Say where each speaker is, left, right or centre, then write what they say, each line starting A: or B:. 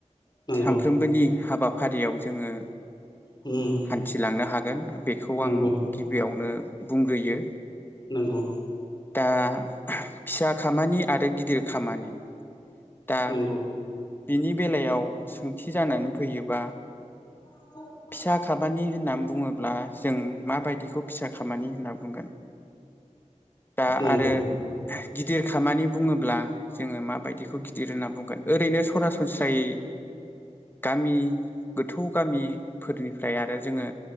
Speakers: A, on the left; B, on the left.
A: नंगौ
B: सानफ्रोमबोनि हाबाफारियाव जोङो
A: उम
B: हान्थिलांनो हागोन बेखौ
A: नंगौ
B: आं गिबियावनो बुंग्रोयो
A: नंगौ
B: दा फिसा खामानि आरो गिदिर खामानि दा
A: नंगौ
B: बिनि बेलायाव सोंथि जानानै फैयोबा
A: <inaudible>
B: फिसा खामानि होननानै बुङोब्ला जों माबायदिखौ फिसा खामानि होनना बुंगोन दा
A: नंगौ
B: आरो गिदिर खामानि बुङोब्ला जोङो माबायदिखौ गिदिर होनना बुंगोन ओरैनो सरासनस्रायै गामि गोथौ गामिफोरनिफ्राय आरो जोङो।